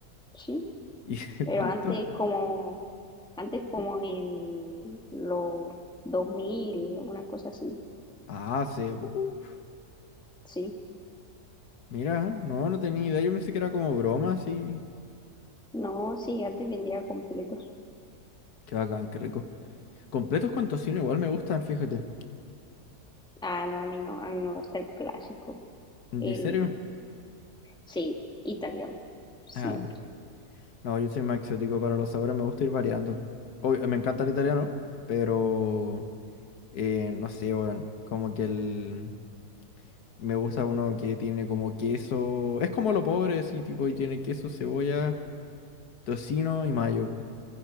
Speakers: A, in the centre; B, on the left (about 75°).
A: Sí.
B: ¿Y <laughs>
A: Pero
B: cuánto?
A: antes como, antes como en los 2000 una cosa así.
B: Ah, se... uf,
A: Sí.
B: mira, no, no tenía idea. Yo pensé que era como broma, así.
A: No, sí, antes vendía completos.
B: Qué bacán, qué rico. Completos con tocino igual me gustan, fíjate.
A: Ah, no, a mí no. A mí me gusta el clásico.
B: ¿En
A: El,
B: serio?
A: Sí, italiano, siempre.
B: Ah, no, yo soy más exótico para los sabores, me gusta ir variando. Obvio, me encanta el italiano, pero... Eh, no sé, weón. Como que el... Me gusta uno que tiene como queso. Es como lo pobre, sí tipo, y tiene queso, cebolla, tocino y mayo.